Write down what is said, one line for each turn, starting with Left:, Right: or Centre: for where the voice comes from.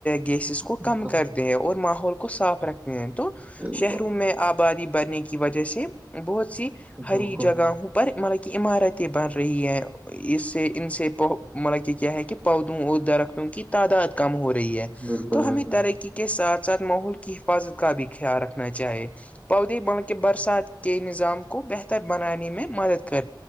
Left: گیسز کو
Right: بالکل
Left: کم کرتے ہیں اور ماحول کو صاف رکھتے ہیں تو
Right: بالکل
Left: شہروں میں آپ آبادی بڑنے کی وجہ سے بہت سی
Right: بالکل
Left: ہری جگہوں پر مطلب کہ عمارتیں بن رہی ہیں اس سے ان سے مطلب کہ کیا ہے کہ پودوں اور درختوں کی تعداد کم ہو رہی رہی ہے
Right: بالکل
Left: تو
Right: بھائی
Left: ہمیں
Right: جان
Left: ترقی کے ساتھ ساتھ ماحول کی حفاظت کا بھی خیال رکھنا چاہیے پودے بلکہ برسات کے نظام کو بہتر بنانے میں مدد کر